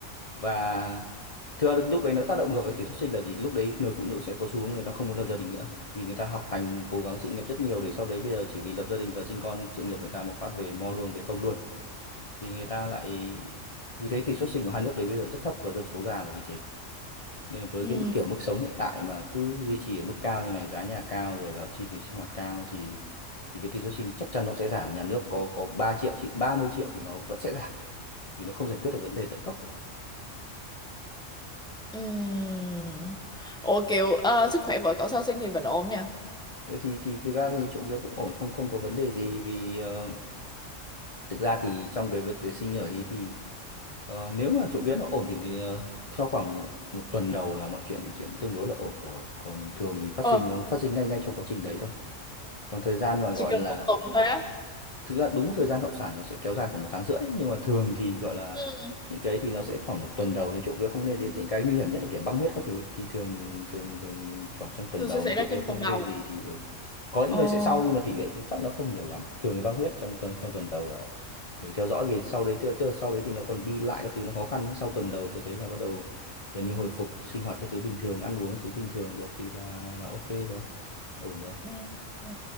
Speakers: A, on the left (about 30°); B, in the centre.
A: và thưa lúc đấy nó tác động ngược lại tỷ suất sinh là gì lúc đấy người phụ nữ sẽ có xu hướng người ta không muốn lập gia đình nữa vì người ta học hành cố gắng sự nghiệp rất nhiều để sau đấy bây giờ chỉ vì lập gia đình và sinh con sự nghiệp người ta một phát về mo luôn về không luôn thì người ta lại vì thế tỷ suất sinh của hai nước đấy bây giờ rất thấp và dân số già là vì thế nên là với
B: Ừ.
A: cái mức kiểu mức sống hiện tại mà cứ duy trì ở mức cao như này giá nhà cao rồi là chi phí sinh hoạt cao thì thì cái tỷ suất sinh chắc chắn nó sẽ giảm nhà nước có có 3 triệu chị 30 triệu thì nó vẫn sẽ giảm vì nó không giải quyết được vấn đề tận gốc
B: Ừm. Ủa kiểu ờ, sức khỏe vợ cậu sau sinh thì vẫn ổn nha.
A: Ừ, thì thì thực ra thì chỗ việc cũng ổn không không có vấn đề gì vì ờ, thực ra thì trong cái việc tuyển sinh nhở thì thì ờ, nếu mà chỗ việc nó ổn thì, thì ờ, sau khoảng một tuần đầu là mọi chuyện chuyện tương đối là ổn rồi còn thường thì phát
B: Ờ,
A: sinh nó phát sinh ngay ngay trong quá trình đấy thôi còn thời gian mà gọi
B: chỉ cần
A: là
B: một tuần thôi á.
A: thực ra đúng thời gian hậu sản nó sẽ kéo dài khoảng một tháng rưỡi nhưng mà thường thì gọi là
B: Ừ,
A: những cái thì nó sẽ khoảng một tuần đầu đấy trộm vía không nên gì những cái nguy hiểm nhất là kiểu băng huyết các thứ ấy. thì thường thường thường khoảng trong tuần
B: thường
A: đầu
B: sẽ xảy
A: mà
B: ra
A: trộm vía
B: trong
A: không
B: tuần đầu.
A: nên gì thì ừ. có những
B: Ờ.
A: người sẽ sau nhưng mà tỷ lệ thì chắc nó không nhiều lắm thường thì băng huyết trong tuần trong tuần đầu là mình theo dõi về sau đấy tức, tức là sau đấy thì nó còn đi lại các thứ nó khó khăn nhưng sau tuần đầu tôi thấy là bắt đầu gần như hồi phục sinh hoạt các thứ bình thường ăn uống các thứ bình thường được thì là là ok rồi ổn rồi
B: Ừ. ừ.